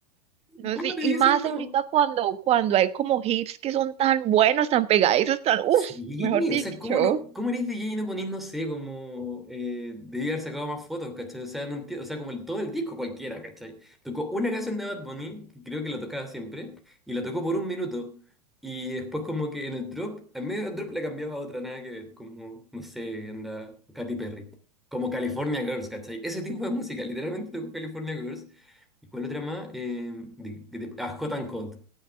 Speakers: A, on the right (about 30°); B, in the centre.
A: No,
B: ¿cómo
A: sí,
B: te
A: y
B: dicen
A: más
B: como...
A: ahorita cuando, cuando hay como hips que son tan buenos, tan pegadizos, tan, uff,
B: Sí,
A: mejor dicho.
B: o sea, ¿cómo no, cómo eres DJ y no ponís, no sé, como eh, debí haber sacado más fotos, ¿cachai? O sea, no entiendo, o sea, como el, todo el disco cualquiera, ¿cachai? Tocó una canción de Bad Bunny, que creo que la tocaba siempre, y la tocó por un minuto. Y después como que en el drop, en medio del drop le cambiaba a otra, nada que ver, como, no sé, anda Katy Perry. Como California Girls, ¿cachai? Ese tipo de música, literalmente tocó California Girls. ¿Y cuál otra más? Eh, de, de- ah, Hot and Cold,